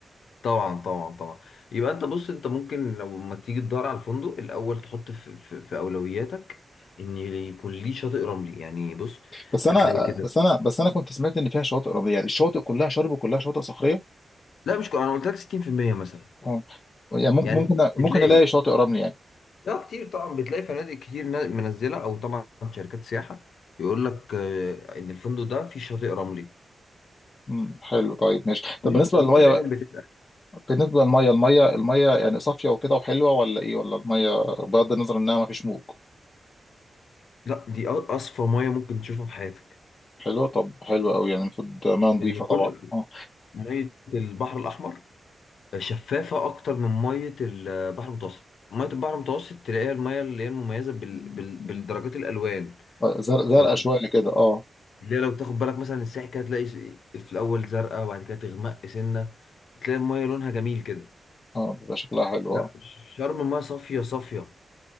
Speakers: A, on the left; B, on the left.
A: طبعا طبعا طبعا يبقى انت بص انت ممكن لما تيجي تدور على الفندق الاول تحط في, في, في اولوياتك ان يكون ليه شاطئ رملي يعني بص
B: بس
A: هتلاقي
B: انا
A: كده
B: بس انا بس انا كنت سمعت ان فيها شواطئ رمليه يعني الشواطئ كلها شرب وكلها شواطئ صخريه
A: لا مش كو- انا قلت لك 60% مثلا
B: اه يعني ممكن
A: يعني
B: ممكن
A: بتلاقي
B: ممكن الاقي شاطئ رملي يعني
A: لا كتير طبعا بتلاقي فنادق كتير نا- منزله او طبعا شركات سياحه يقول لك آه، ان الفندق ده فيه شاطئ رملي
B: امم حلو طيب ماشي طب
A: وإن-
B: بالنسبه
A: وانت
B: للميه
A: دايما
B: بقى
A: بتتاكد
B: بالنسبه للميه الميه الميه يعني صافيه وكده وحلوه ولا ايه ولا الميه بغض النظر انها ما فيش موج
A: لا دي أ- اصفى ميه ممكن تشوفها في حياتك
B: حلوه طب حلوه قوي يعني المفروض ميه نظيفه
A: لان
B: طبعا
A: كل
B: اه
A: ميه البحر الاحمر شفافه اكتر من ميه البحر المتوسط ميه البحر المتوسط تلاقيها الميه اللي هي المميزه بال... بال... بالدرجات الالوان
B: زرق- زرقاء
A: لو
B: شويه كده اه
A: لا لو تاخد بالك مثلا الساحل كده هتلاقي في الاول زرقاء وبعد كده تغمق سنه تلاقي الميه لونها جميل كده
B: اه بيبقى شكلها حلو
A: لا
B: آه.
A: شرم المايه صافية صافية